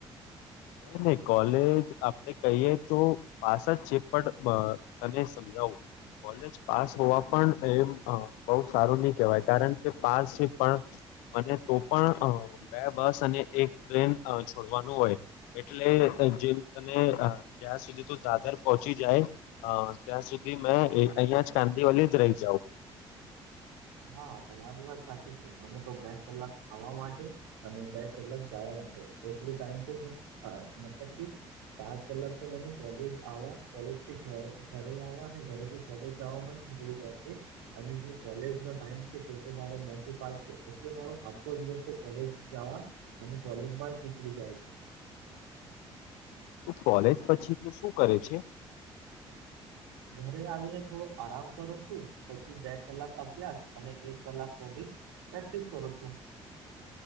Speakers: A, on the left; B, on the right.
A: ન નહી કોલેજ આપડે કહીએ તો પાસ જ છે પણ તને સમજાવું કોલેજ પાસ હોવા પણ એમ બહ સારું ની કહેવાય કારણ કે પાલથી પણ મને તો પણ બે બસ અને એક ટ્રેન છોડવાનું હોય એટલે જે તને ત્યાં સુધી તો દાદર પહોંચી જાય અ ત્યાં સુધી મેં અહિયાં જ કાંદીઓલી જ રહી જાાવ
B: હા તમા વારી વાત સાચી છે મને તો બે કલાક ખાવા માટે અને બે કલાક જવા માટે એટલું ટાઈમ તો બ મતલબ સાત કલાક તો મને કોલેજ આવ કોલેજ થી ઘરે ઘરે આવવા અને ઘરેથી કોલેજ જાવામાં જ નીકળી ગયા છે અને જે કોલેજ નો ટાઈમ છે, તે તો મારા નવ થી પાંસે. એટલે મારો આખો દિવસ તો કોલેજ જાવા અને કોલેજમાં જ નીકળી જાય છે.
A: તુ કોલેજ પછી તો શું કરે છે?
B: ઘરે આવીને થોડો આરામ કરું છું, પછી બે કલાક અભ્યાસ અને એક કલાક થોડી પ્રેક્ટિસ કરું છોં.